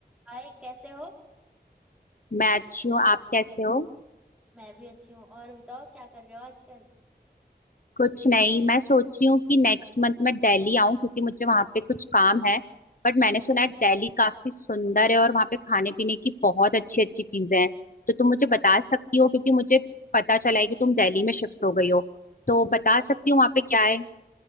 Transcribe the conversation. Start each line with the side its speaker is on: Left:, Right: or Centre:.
Centre: हाय कैसे हो
Left: मैं अच्छी हूँ आप कैसे हो
Centre: मैं भी अच्छी हूँ और बताओ क्या कर रहे हो आजकल
Left: कुछ नहीं मैं सोच रही हूँ कि नेक्स्ट मंथ मैं दिल्ली आऊँ क्योंकि मुझे वहाँ पे कुछ काम है बट मैंने सुना है दिल्ली काफी सुंदर है और वहाँ पे खाने पीने की बहुत अच्छी अच्छी चीजें हैं तो तुम मुझे बता
Centre: अ-
Left: सकती हो क्योंकि मुझे पता चला है कि तुम दिल्ली में शिफ्ट हो गई हो तो बता
Centre: अरे
Left: सकती
Centre: बिल्कुल
Left: हो वहाँ पे क्या है